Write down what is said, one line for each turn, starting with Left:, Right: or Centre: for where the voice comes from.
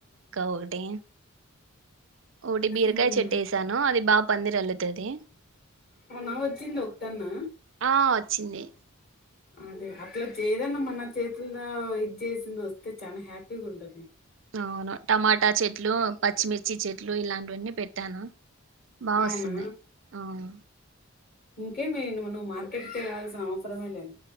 Right: ఇంకా ఓకటి ఓటి బీరకాయ
Left: ఉమ్.
Right: చెట్టు వేసాను అది బాగప పందిరల్లుతది
Left: అవునా వచ్చిందా ఒకటన్నా
Right: ఆ వచ్చింది
Left: అదే అట్లా ఏదన్నా మన చేతుల్ద ఇది చేసింది వస్తే చానా హ్యాపీగా ఉంటుంది
Right: అవున్ టమాటా చెట్లు పచ్చిమిర్ మిర్చి చెట్లు ఇలాంటివన్నీ పెట్ పెట్టాను బావొస్తున్నాయి
Left: అవునా
Right: అవును
Left: ఇంకేమి నువు నువ్వు మార్కెట్కి వెళ్ళాల్సిన అవసరమే లేదు